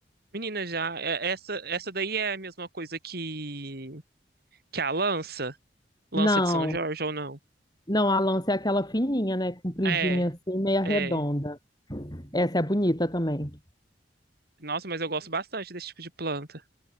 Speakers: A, on the right (about 60°); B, on the left (about 25°).
A: Menina, já é- essa essa daí é a mesma coisa que que a lança, lança
B: Não,
A: de São Jorge ou não?
B: não, a lança é aquela fininha, né? Compridinha
A: É,
B: assim, meia
A: é.
B: redonda. Essa é bonita também.
A: Nossa, mas eu gosto bastante desse tipo de planta.